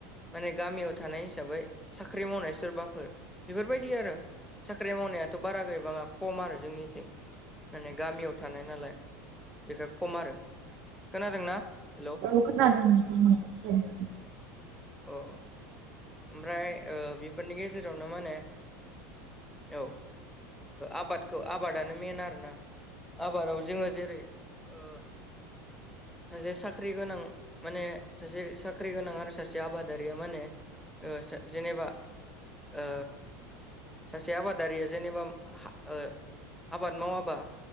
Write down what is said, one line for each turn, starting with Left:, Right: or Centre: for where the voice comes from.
Centre: माने गामियाव थानाय हिसाबै साख्रि मावनाय सोरबाफोर बेफोरबायदि आरो साख्रि मावनायाथ बारा गैबाङा खम आरो जोंनिथिं माने गामियाव थानाय नालाय बेखाय खम आरो खोनादोंना हेलौ
Right: अ खोनादों नोंथां <unintelligible>
Centre: औ ओमफ्राय ओ बेफोरनि गेजेरावनो माने औ आबादखौ आबादानो मेन आरोना आबादाव जोङो जेरै
Right: <inaudible>
Centre: ओ सासे साख्रि गोनां माने सासे साख्रि गोनां आरो सासे आबादारिया माने ओ सा जेनेबा ओ सासे आबादारिया जेनेबा हा ओ आबाद मावाबा